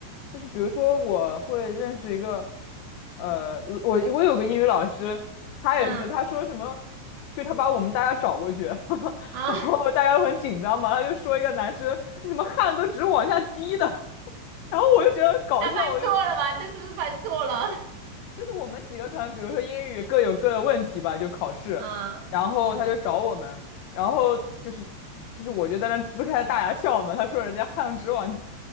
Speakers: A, on the left (about 80°); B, on the right (about 75°).
A: 就是比如说我会认识一个，呃，我我有个英语老师，
B: <laughs>
A: 他也是，
B: 嗯
A: 他说什么，就他把我们大家找过去，<laughs>
B: 啊，
A: 然后大家都很紧张嘛，他就说一个男生，你怎么汗都直往下滴的，<laughs> 然后我就觉得很搞笑，
B: 他犯错了吧？
A: 我就
B: 他是不是犯错了？
A: 就是我们几个可能，比如说英语各有各的问题吧，就考试，
B: <laughs> 嗯，
A: 然后他就找我们，
B: 是的，
A: 然后就是就是我就在那呲开大牙笑嘛，他说人家汗直往